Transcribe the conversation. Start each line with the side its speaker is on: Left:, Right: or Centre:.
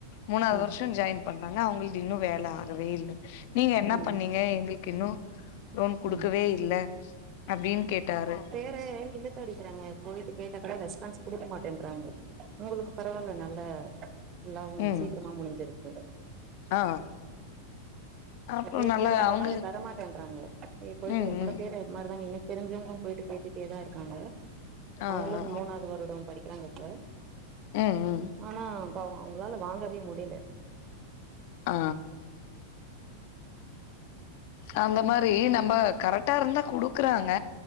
Left: மூணாவது
Right: ம்
Left: வருஷம் ஜாயின் பண்றாங்க அவங்கள்து இன்னும் வேல ஆகவே இல்ல நீங்க என்ன
Right: ம்
Left: பண்ணீங்க எங்களுக்கு இன்னும் லோன் குடுக்கவே
Right: ம்
Left: இல்ல அப்டின் கேட்டாரு
Right: து இழுத்து அடிக்கிறாங்க போயிட்டு கேட்டா கூட ரெஸ்பான்ஸ் குடுக்க மாட்டேன்றாங்க உங்களுக்கு பரவால்ல நல்ல எல்லாவும்
Left: ம்
Right: சீக்கிரமா முடிஞ்சிருக்கு
Left: ஆ அப்றோ
Right: நறைய
Left: நல்லா
Right: பேருக்கு அந்த
Left: அவங்களு
Right: மாரி தரமாட்டேன்றாங்க இ போயிட்டு
Left: ம்
Right: எவ்ளோ
Left: ம்
Right: பேர் அது மாரிதாங்க எனக்கு தெரிஞ்சவுங்களும் போயிட்டு கேட்டுட்டேதான் இருக்காங்க
Left: ஆ
Right: அவுங்களும்
Left: ஆ
Right: மூணாவது வருடம் படிக்கிறாங்க இப்ப
Left: ம் ம்
Right: ஆனாப் பாவம் அவுங்களால வாங்கவே முடில
Left: ஆ அந்த மாரி நம்ம கரெக்டா இருந்தா குடுக்குறாங்க